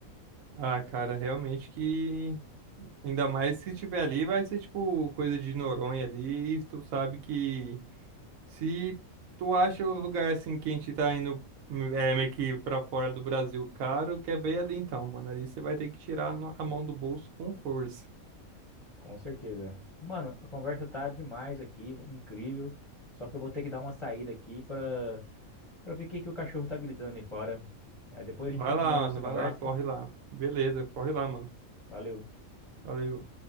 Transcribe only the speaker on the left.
Com certeza. Mano, a conversa tá demais aqui, incrível. Só que eu vou ter que dar uma saída aqui pra para ver o que que o cachorro tá gritando ali fora. Aí depois
a gente continua
a nossa
conversa.
Valeu.